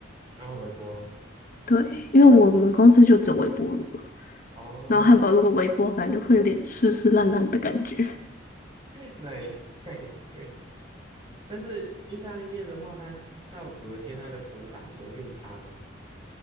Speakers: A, on the right; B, on the left.
A: 然后微波
B: 对，因为我们公司就只有微波炉。
A: 哦，
B: 然后汉堡如果微波，感觉会有点湿湿烂烂的感觉。
A: <laughs> 那也那也对。但是意大利面的话，它到隔天它的口感不会变差吗？